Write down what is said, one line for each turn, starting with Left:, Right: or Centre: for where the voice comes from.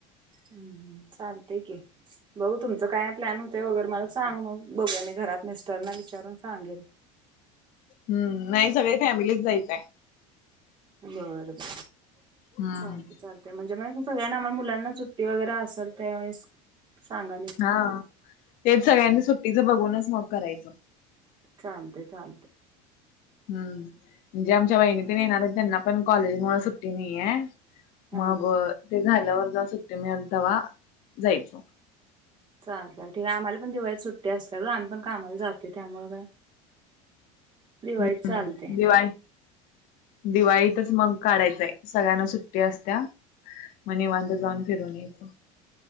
Right: हम्म चालतय की बघ तुमचं काय प्लॅन होते वगैरे मला सांग मग बघूया मी घरात मिस्टरना विचारून सांगेन
Left: हम् नाही सगळे फॅमिलीच जायचंय
Right: बर, बर चालतय,
Left: हम्म
Right: चालतय ते म्हणजे मग सगळ्यांना मुलांना सुट्टी वगैरे असेल त्यावेळेस सांगाले
Left: हा तेच सगळ्यांनी सुट्टीचं बघूनच मग करायचं
Right: चालतय, चालतय
Left: हम् म्हणजे आमच्या वहिनी तेन येणार त्यांना पण कॉलेज मुळ सुट्टी नाहीया
Right: हा
Left: मग ते झाल्यावर जरा सुट्टी मिळेल तेव्हा जायच
Right: चालतय ठीक आहे आम्हाला पण दिवाळीत सुट्टी असल्या तर आम्हीण कामाला जाते त्यामुळे काय दिवाळीत
Left: हम्म
Right: चालते
Left: दिवाळी दिवाळीतच मग काढायचय सगळ्यांना सुट्टी असत्या म निवांत जाऊन फिरवून यायचं